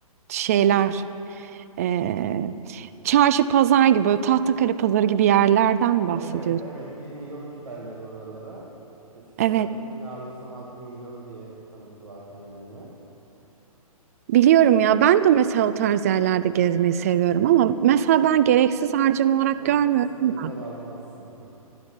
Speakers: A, on the right; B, on the right.
A: şeyler. eee, çarşı pazar gibi böyle Tahtakale pazarı gibi yerlerden mi bahsediyorsun?
B: Evet evet bir milyoncu derler oralara. Eskiden
A: Evet.
B: çünkü ne alırsan al bir milyon diye tanıttılar kendilerini.
A: Biliyorum ya ben de mesela o tarz yerlerde gezmeyi seviyorum ama mesela ben gereksiz harcama olarak
B: Sen
A: görmüyorum
B: kesin gezer
A: da.
B: almazsın. Hı